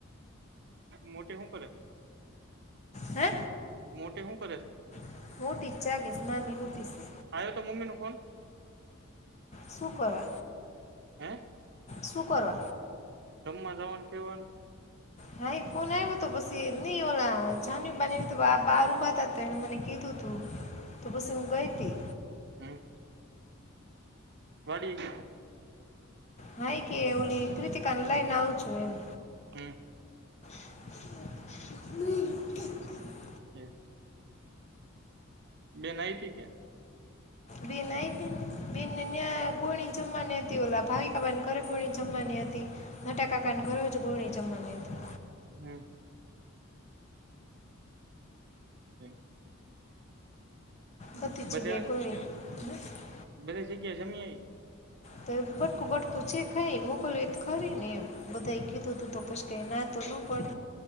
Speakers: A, on the right; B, on the left.
A: મોટી હું કરે
B: હે
A: મોટી હુ કરેસ?
B: <unintelligible>
A: આવ્યો તો મમ્મી નો ફોન
B: શું કરો?
A: હે
B: શું કરો?
A: જમવા જવાનું કેવાનું.
B: હા એ ફોન આવ્યો હતો પછી નઈ ઓલા જાન બાની બાર ઉભા તા ત એણે મને કીધું તું તો પસ
A: હમ
B: હું ગઈ તી.
A: હમ વાડી ને
B: હા કે એ કેવલી કૃતિકાને લઈને આવું છું એમ.
A: હું
B: <unintelligible>
A: <unintelligible> બેન આઇટી કે
B: બેન આઇતીન બેન ને યા ગુણી જમવાની હતી ઓલા ભાવિકાબેન ઘરે ગુણી જમવાની હતી. નટાકાકા ઘરજ બોણી. <inaudible>
A: હ <inaudible>
B: બધી
A: બધા
B: જગ્યાએ ભણ્યા. <inaudible>
A: બધી જગ્યા જમી આવી
B: તો બટકું બટકું છે ખાઈ મોકલવી ખરીને એમ. બધાએ કીધું તું તું તો પશ એના. તો ન પડ.